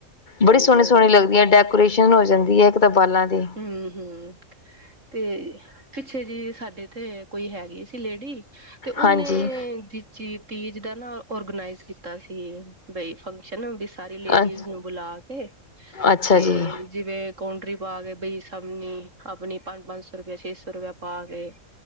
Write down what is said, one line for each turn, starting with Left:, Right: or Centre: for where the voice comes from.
Right: ਹਾਂਜੀ
Left: ਬੜੀ ਸੋਹਣੇ
Right: ਹਾਂਜੀ
Left: ਸੋਹਣੇ ਲੱਗਦੀ ਡੈਕੋਰੇਸ਼ਨ ਹੋ ਜਾਂਦੀ ਹੈ, ਇੱਕ ਤਾਂ ਬਾਲਾਂ ਦੀ
Right: ਹਮ ਹਮ ਤੇ ਪਿੱਛੇ ਜੀ ਸਾਡੇ ਤੇ ਕੋਈ ਹੈਗੀ ਸੀ ਲੇਡੀ ਤੇ ਉਹਨੇ
Left: ਹਾਂਜੀ
Right: ਜ ਚੀ ਤੀਜ ਦਾ ਨਾ ਔਰਗਨਾਈਜ਼ ਕੀਤਾ ਸੀ। ਬਈ ਫੰਕਸ਼ਨ ਵੀ ਸਾਰੀ ਲੇਡੀਜ਼
Left: ਅ
Right: ਨੂੰ ਬੁਲਾ ਕੇ
Left: ਅੱਛਾ
Right: ਤੇ‍
Left: ਜੀ
Right: ਜਿਵੇਂ ਕੌਡਰੀ ਪਾ ਕੇ ਬਈ ਸਬਨੀ ਆਪਣੀ ਪੰਜ ਪੰਜ ਸੌ ਰੁਪਇਆ ਛੇ ਸੌ ਰੁਪਇਆ ਪਾ ਕੇ